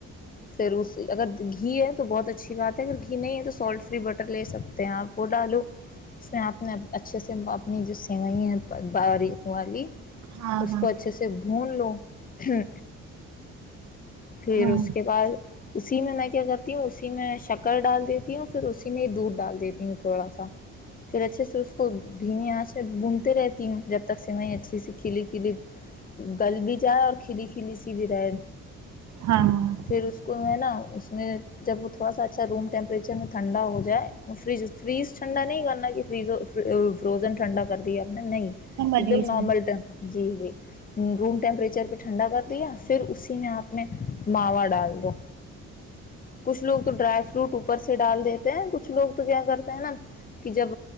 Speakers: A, on the left; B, on the right.
A: پھر اس اگر تو گھی ہے تو بہت اچھی بات ہے اگر گھی نہیں ہے تو سالٹ فری بٹر لے سکتے ہیں آپ وہ ڈالو اس میں آپ نے اچھے سے اپنی جو سیوئیں ہیں باریک والی اس
B: ہاں ہاں
A: کو اچھے سے بھون لو ہ پھر
B: ہاں
A: اس کے بعد اسی میں میں کیا کرتی ہوں اسی میں شک کر ڈال دیتی ہ اور پھر اسی میں دودھ ڈال دیتی تھوڑا سا پھر اچھے سے اس کو دھیمی آنس سے گھومتی رہتی ہوں جب تک س میں اچھی سی کھلی کلی گل بھی جائے اور کھلی کلی سی بھی رہے
B: ہاں
A: پھر اس کو میں نا اس میں جب وہ تھوڑا سا اچھا روم ٹیمپریچر میں ٹھنڈا ہو جائے فج فریز ٹنڈا نہیں گ فز فروزن ٹھنڈا کر دی ہے اپنا نہیں
B: سمجھ
A: ایک
B: گئی
A: دم
B: سمجھ
A: نارمل
B: گئی۔
A: ٹم جی جی روم ٹیمپریچر پہ ٹھنڈا کر دیا پھر اسی میں آپ نے ماوا ڈال دو کچھ لوگ تو ڈرائی فروٹ اوپر سے ڈال دیتے ہیں کچھ لوگ تو کیا کرتے ہیں نا کہ جب